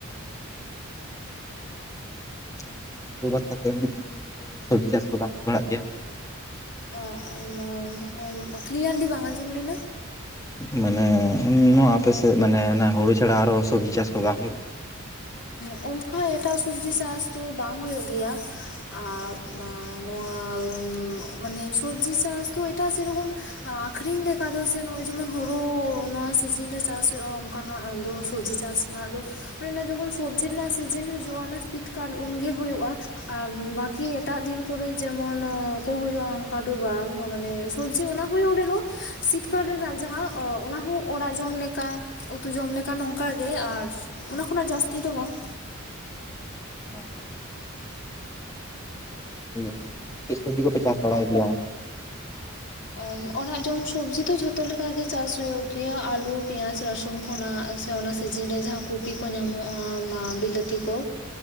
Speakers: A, on the left; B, on the left.
A: ᱛᱟᱦᱚᱞᱮ ᱱᱭᱟ ᱦᱩᱲᱩ ᱵᱟᱫ ᱠᱟᱛᱮᱫ ᱦᱚ ᱫᱷᱚᱨᱚᱢ ᱜᱚᱨᱚᱢ ᱠᱚᱨᱮ ᱥᱚᱵᱡᱤ ᱪᱟᱥ ᱠᱚ ᱵᱟᱝ ᱦᱩᱭ ᱵᱟᱲᱟᱜ ᱜᱮᱭᱟ?
B: ᱟ ᱚ ᱱᱭᱟ ᱜᱳᱢ ᱠᱞᱤᱭᱟᱨᱞᱤ ᱵᱟᱝ ᱟᱡᱚᱢ ᱞᱮᱱᱟ?
A: ᱢᱟᱱᱮ ᱱᱚᱣᱟ ᱟᱯᱮᱥᱮᱫ ᱢᱟᱱᱮ ᱚᱱᱟ ᱦᱩᱲᱩ ᱪᱷᱟᱲᱟ ᱟᱨᱚ ᱥᱚᱵᱽᱡᱤ ᱪᱟᱥ ᱠᱚ ᱵᱟᱝ ᱦᱩᱭᱩᱜ-ᱟ᱾
B: ᱚᱱᱠᱟ ᱮᱴᱟᱜ ᱥᱚᱵᱡᱤ ᱪᱟᱥ ᱫᱚ ᱵᱟᱝ ᱦᱩᱭᱩᱜ ᱜᱮᱭᱟ᱾ ᱟᱨ ᱢᱟ ᱱᱚᱣᱟ-ᱟ ᱢᱟᱱᱮ ᱥᱚᱵᱡᱤ ᱪᱟᱥ ᱫᱚ ᱮᱴᱟᱜ ᱥᱮ ᱨᱚᱠᱚᱢ ᱟᱠᱷᱨᱤᱧ ᱞᱮᱠᱟ ᱫᱚ ᱥᱮ ᱱᱚᱜᱚᱭ ᱡᱮᱢᱚᱱ ᱦᱳᱲᱩ ᱱᱚᱣᱟ ᱥᱤᱡᱤᱱ ᱨᱮ ᱪᱟᱥ ᱦᱩᱭᱩᱜ-ᱟ ᱚᱱᱠᱟᱱᱟᱜ ᱫᱚ ᱥᱚᱵᱡᱤ ᱪᱟᱥ ᱚᱱᱟᱫᱚ ᱚᱱᱮ ᱚᱱᱟ ᱡᱚᱠᱷᱚᱱ ᱥᱚᱵᱽᱡᱤ ᱨᱮᱱᱟᱜ ᱥᱤᱡᱤᱱ ᱦᱩᱜ-ᱟ ᱚᱱᱟ ᱥᱤᱛᱠᱟᱞ ᱩᱱᱜᱮ ᱦᱩᱭᱩᱜ-ᱟ᱾ ᱟᱨ ᱵᱟᱠᱤ ᱮᱴᱟᱜ ᱫᱤᱱ ᱠᱚᱨᱮ ᱡᱮᱢᱚᱱ ᱠᱚ ᱦᱩᱭᱩᱜ-ᱟ ᱚᱱᱠᱟ ᱫᱚ ᱵᱟᱝ ᱢᱟᱱᱮ ᱥᱚᱵᱡᱤ ᱚᱱᱟ ᱦᱩᱭ ᱨᱮᱦᱚᱸ ᱥᱤᱛᱠᱟᱞ ᱨᱮᱱᱟᱜ ᱡᱟᱦᱟᱸ ᱚᱱᱟᱦ ᱚᱲᱟᱜ ᱡᱚᱢ ᱞᱮᱠᱟ ᱩᱛᱩ ᱡᱚᱢ ᱞᱮᱠᱟᱱ ᱚᱱᱠᱟᱜᱮ ᱟᱨ ᱚᱱᱟ ᱠᱷᱚᱱᱟᱜ ᱡᱟᱹᱥᱛᱤ ᱫᱚ ᱵᱟᱝ,
A: ᱚ ᱚ ᱪᱟᱥ ᱥᱚᱵᱡᱤᱰ ᱠᱚᱯᱮ ᱪᱟᱥ ᱵᱟᱲᱟᱭ ᱜᱮᱭᱟ?
B: ᱚ ᱚᱲᱟᱜ ᱡᱚᱢ ᱥᱚᱵᱡᱤ ᱫᱚ ᱡᱷᱚᱛᱚ ᱞᱮᱠᱟ ᱜᱮ ᱪᱟᱥ ᱦᱩᱭᱩᱜ ᱜᱮᱭᱟ᱾ ᱟᱞᱩ, ᱯᱮᱸᱭᱟᱡ, ᱨᱟᱹᱥᱩᱱ, ᱠᱷᱚᱱᱟᱜ ᱥᱮ ᱚᱱᱟ ᱥᱤᱡᱤᱱ ᱨᱮ ᱡᱟᱦᱟᱸ ᱠᱚᱯᱤ ᱠᱚ ᱧᱟᱢᱚᱜ-ᱟ ᱵᱤᱞᱟᱹᱛᱤ ᱠᱚ